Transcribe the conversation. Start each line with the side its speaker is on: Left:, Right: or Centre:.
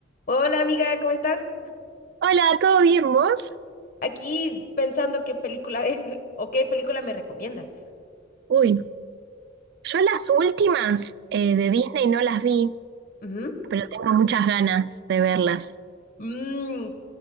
Left: Hola amiga, ¿cómo estás?
Right: Hola, ¿todo bien vos?
Left: Aquí pensando qué película ver <laughs> o qué película me recomiendas.
Right: Uy, yo las últimas eh, de Disney no las vi,
Left: Ujú.
Right: pero tengo muchas ganas de verlas.
Left: Mm,